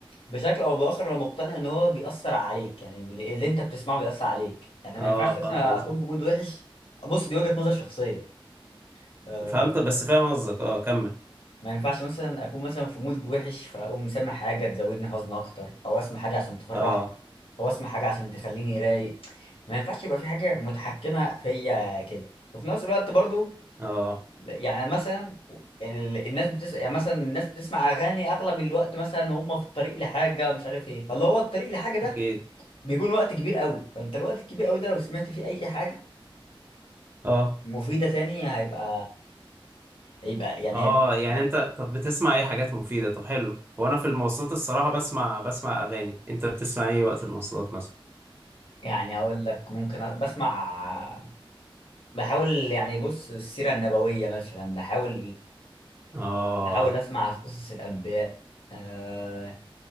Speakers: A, on the left; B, on the right.
A: بشكل او باخر انا مقتنع ان هو بيأثر عليك يعني اللي انت بتسمعه بيأثر عليك يعني ما
B: اه
A: ينفعش
B: فهمت
A: مثلا
B: قصدك
A: اكون في مود وحش بص دي وجهة نظر شخصية أه
B: فهمت بس فاهم قصدك اه كمل
A: ما ينفعش مثلا اكون مثلا في مود وحش فاقوم مسمع حاجة تزودني حزن اكتر او اسمع حاجة عشان تفرحني
B: اه
A: او اسمع حاجة عشان تخليني رايق ما ينفعش يبقى في حاجة متحكمة فيا كده وفي نفس الوقت برضو
B: اه
A: يعني مثلا يعني ال- الناس بتسمع يعني مثلا الناس بتسمع اغاني اغلب الوقت مثلا هم في الطريق لحاجه مش عارف ايه فاللي هو الطريق لحاجه ده
B: اكيد
A: بيكون وقت كبير قوي فانت الوقت الكبير قوي ده لو سمعت فيه اي حاجه
B: اه
A: مفيده تاني هيبقى هيبقى يعني
B: اه
A: هيبقى
B: يعني انت طب بتسمع ايه حاجات مفيدة طب حلو هو انا في المواصلات الصراحة بسمع بسمع اغاني انت بتسمع ايه وقت المواصلات مثلا
A: يعني اقول لك ممكن أ- بسمع بحاول يعني بص السيره النبويه مثلا بحاول
B: اه
A: بحاول اسمع قصص الانبياء آه،